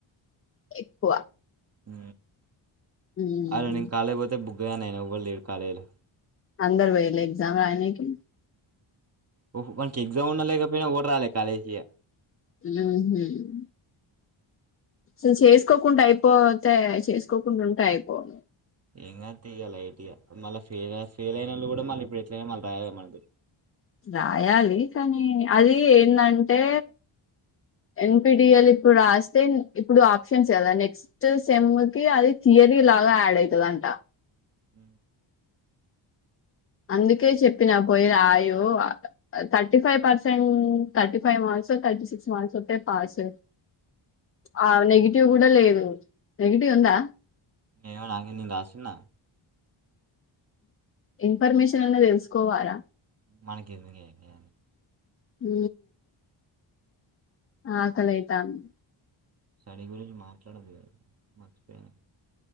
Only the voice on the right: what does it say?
ఉ
అ నిం కా పోతే బు అననా వళ్ళీ కాాలలు
ఉ ఒక పంచెయ్ ఎగ్జామ్ ఉన్నా లేకపోయినా ఎవుర్రాలే కాలేజీ కి
ఏం గాతీ ఇగ లైట్ మళ్ళీ ఫ ఫెల్ అయిన వాళ్ు కూడా మళ్ళీ ఇప్పుడు ఎట్లయినా మళ్ళీ రాయాలి మన
అ
ఏమొ నాకే నే రాసున్న
మనకి ఎందుకియన్నీ
సరిపోయింది మాట్లాడకూడదు మర్చిపోయిన